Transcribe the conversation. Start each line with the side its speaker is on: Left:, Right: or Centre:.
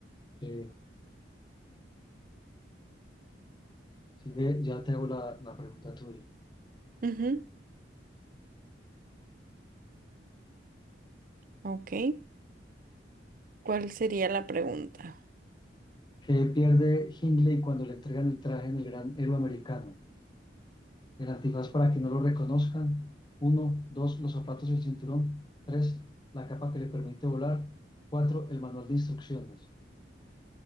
Left: sí. Sigue, ya te hago la, la pregunta tuya.
Right: Ujú, Ok. ¿Cuál sería la pregunta?
Left: ¿Qué pierde Hindley cuando le entregan el traje del gran héroe americano? El antifaz para que no lo reconozcan. Uno, dos, los zapatos y el cinturón. Tres, la capa que le permite volar. Cuatro, el manual de instrucciones.